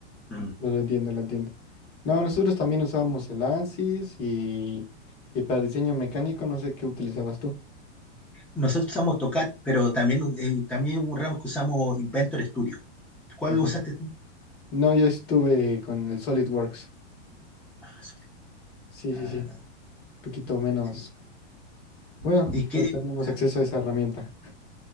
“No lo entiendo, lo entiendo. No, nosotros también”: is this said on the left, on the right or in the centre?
Left